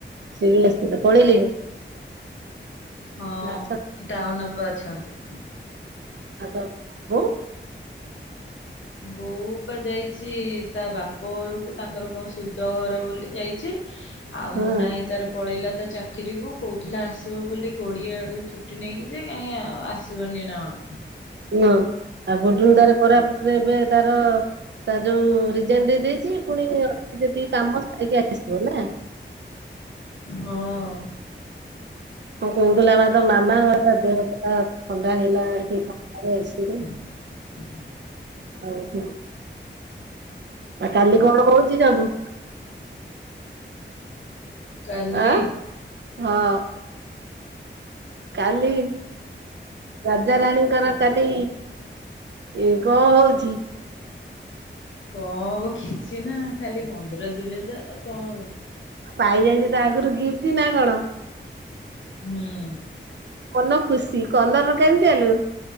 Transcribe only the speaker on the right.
ସେ ବି ଆସିଥିଲେ ପଳେଇଲେଣି।
ନାଚ
ଆଉ ତମ ବୋଉ।
ହୁଁ।
ହଁ, ତା ପର ଠୁ ତାର କୋରାପୁଟରେ ଏବେ ତାର ତା ଯୋଉ ରିଜାଇନ ଦେଇ ଦେଇଛି ପୁଣି ଅଛି ଯେତିକି କାମ ସାରିକି ଆସିବ ନା।
ହଁ କହୁଥିଲା ବା ତ ମାମା ତା ଦେହ ପୁରା ଥଣ୍ଡା ହେଲା, ଏଠି ଥଣ୍ଡାରେ ଏସିରେ।
ଆଉ କାଲି କଣ ହଉଛି ସବୁ?
ଆଁ ହଁ। କାଲି ରାଜାରାଣୀଙ୍କର
କାଲି ଏ କଣ ହଉଛି?
ପାଇଯାଇଛି ତ ଆଗରୁ ଗିଫ୍ଟ ନା କଣ?
ମନ ଖୁସି। କଲର କେମିତିଆ ଲୋ?